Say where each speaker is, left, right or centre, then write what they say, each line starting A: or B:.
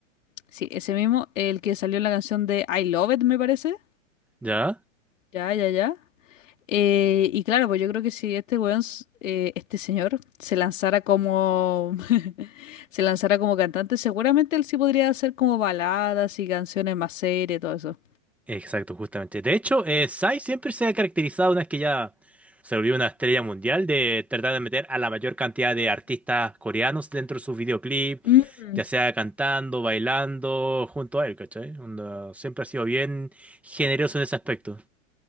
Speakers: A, on the left; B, in the centre.
A: sí, ese mismo, el que salió en la canción de I Love It, me parece.
B: ya,
A: Ya, ya, ya. Eh, y claro, pues yo creo que si este weón, s- eh, este señor, se lanzara como, <laughs> se lanzara como cantante, seguramente él sí podría hacer como baladas y canciones más serias y todo eso.
B: exacto, justamente. De hecho, eh, Psy siempre se ha caracterizado, una vez que ya se volvió una estrella mundial, de tratar de meter a la mayor cantidad de artistas coreanos dentro de sus videoclips,
A: Mm.
B: ya sea cantando, bailando, junto a él, ¿cachai? Onda, siempre ha sido bien generoso en ese aspecto.